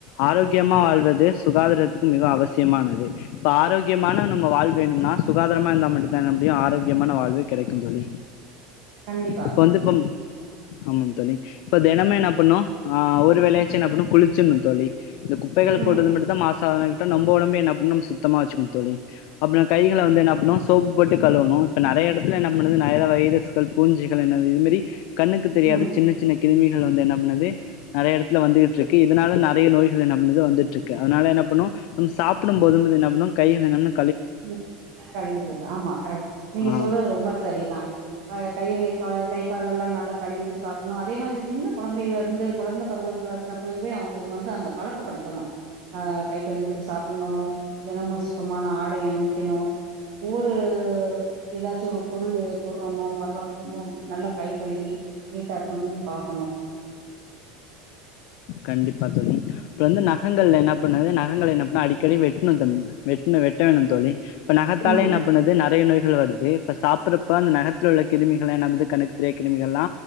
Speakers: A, on the left (about 65°); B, on the right (about 70°).
A: ஆரோக்கியமா வாழ்வது சுகாதாரத்துக்கு மிக அவசியமானது இப்ப ஆரோக் முக்கியமான நம்ம வாழ் வேணும்னா சுகாதாரமா இருந்தா மட்டு தா என்ன அப்டியு ஆரோக்கியமான வாழ்வை கெடைக்கு தோழி
B: கண்டிப்பா.
A: இப்ப வந்து இப்போ ஆமாதோழி இப்ப தெனமு என்ன பண்ணு ஆ ஒரு வேளையாச்சு என்னப்பண்ணு குளிச்சிட்டு தோழி இந்த குப்பைகள்
B: ம்
A: போட்டது மட்டுதா மாசுகுதா கேட்ட நம்ம ஒடம்பியு என்ன பண்ணு நம்ம சுத்தமா வச்சுணு தோழி அப்றோ கைகள வந்து என்ன பண்ணு சோப்பு போட்டு கழுவணு இப்ப நறைய எடத்துல என்ன பண்ணுது நறைய வைரஸ் கள் புஞ்சிக்க என்னது இது மாரி கண்ணுக்கு தெரியாத
B: ம்
A: சின்ன சின்ன கிருமிகள் வந்து என்ன பண்ணுது நெறைய எடத்துல வந்துகிட்டு இருக்கு இதனால நறைய நோய்கள் பண்ணுது வந்துட்டு இருக்கு அதனால என்ன பண்ணு நம்ம சாப்புடு போது <unintelligible> என்ன கைகள நம்ம
B: <unintelligible> ஆமா கரெ நீங்க
A: ஆ
B: சொல்றது ரொம்ப சரிதா ஆ கையி கா கை கால் எல்லா நல்லா கழுவிட்டு சாப்ட்ணு அதே மாதிரி சின்ன கொழந்தைகளிருந்து கொழந்தை பருவத் <unintelligible> இப்பவோ அவுங்களுக்கு வந்து அந்த பழக்கப்படுத்தணு அ கை கழு வீட்டு சாப்பட்ணு தினம சுத்தமான ஆட அணிக்கணு ஊர்ரு ஏதாச்சு ஒரு பொருளு தோட்றோமோ வர்றோமமோ நல்லா கை கழுவி நீட்டா இருக்கணு பாக்
A: கண்டிப்பா தோழி அப்றோ வந்து நகங்கல என்ன பண்ணாது நகைங்கள் என்ன பண்ணா அடிக்கடி வெட்னு தம் வெட்னு வேணு தோழி இப்ப நகத்தாலே
B: ம்
A: என்ன பண்ணுது நெறைய நோய்கள் வர்து இப்ப சாப்ட்டறப்ப அந்த நகரத்து உள்ள கிருமிகள்ல்ல என்னபண்ணுது வந்து கண்ணுக்கு தெரியாது கிருமிகள் எல்லா